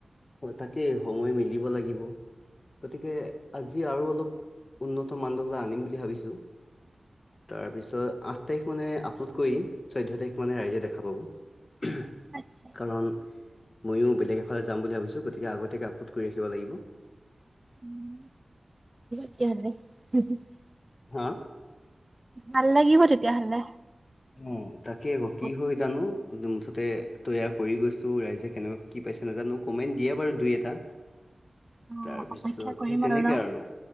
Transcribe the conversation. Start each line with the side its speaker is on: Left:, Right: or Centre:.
Left: হয় তাকে সময় মিলিব লাগিব। গতিকে আজি আৰু অলপ উন্নত মানডলাই আনিম বুলি ভাবিছোঁ। তাৰপিছত আঠ তাৰিখ মানে আপলোড কৰি দিম চৈধ্য় তাৰিখ মানে ৰাইজে দেখা পাব। হ <unintelligible>
Right: আচ্ছা।
Left: কাৰণ মইয়ো বেলেগ এফালে যাম বুলি ভাবিছো গতিকে আগতীয়াকে আপলোড কৰি ৰাখিব লাগিব।
Right: উম। বনে <unintelligible>
Left: হা
Right: ভাল লাগিব তেতিয়াহ'লে।
Left: অ তাকে আকৌ কি
Right: অ',
Left: হয় জানো মুঠতে। তৈয়াৰ কৰি গৈছো ৰাইজে কেনেকুৱ কি পাইছে নাজানো কমেণ্ট দিয়ে বাৰু দুই এটা।
Right: অ,
Left: তাৰপিছত
Right: অপেক্ষা কৰিম
Left: সেই তেনেকে
Right: ন?
Left: আৰু